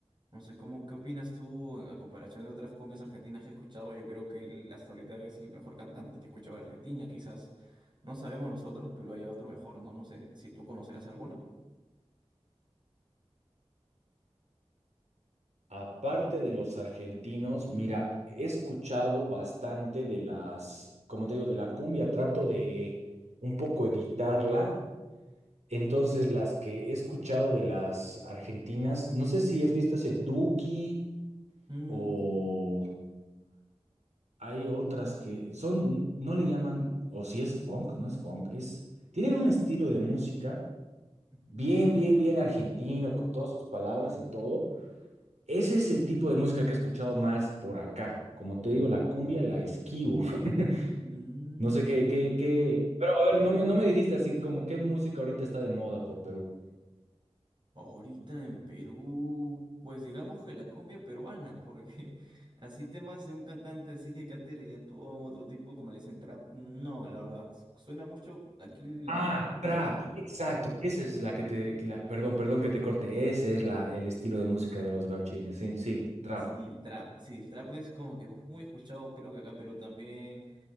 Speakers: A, on the right; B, on the right.
A: No sé, cómo, ¿qué opinas tú en- a comparación de otras cumbias argentinas que he escuchado? Yo creo que él hasta ahorita es el mejor cantante que he escuchado de Argentina, quizás no sabemos nosotros, pero hay otro mejor, ¿no? No sé si tú conocerás alguno.
B: Aparte de los argentinos, mira, he escuchado bastante de las, como te digo, de la cumbia. Trato de un poco evitarla. Entonces, las que he escuchado de las argentinas, no sé si has visto ese Duki
A: Mm,
B: o
A: sí,
B: hay otras que son, no le llaman, o si es funk, no es funk, es, tienen un estilo de música
A: ujú.
B: bien, bien, bien argentino, con todas sus palabras y todo. Ese es el tipo de música que he escuchado más por acá. Como te digo, la cumbia la esquivo. <laughs>
A: Mm,
B: No sé qué, qué, qué. Pero a ver, no me, no me dijiste así como qué música ahorita está de moda por Perú.
A: Ahorita en Perú, pues digamos que la cumbia peruana, porque <laughs> así temas de un cantante así que cante reggaetón, otro tipo como le dicen trap, no, la verdad, suena mucho aquí los
B: Ah,
A: grupos
B: trap,
A: de cumbia.
B: exacto. Esa es la que te, la- perdón, perdón que te corte. Ese es la, el estilo de música de los gauchines. Sí, sí, trap.
A: Sí, trap, sí, el trap es como que muy escuchado, creo que acá en Perú también.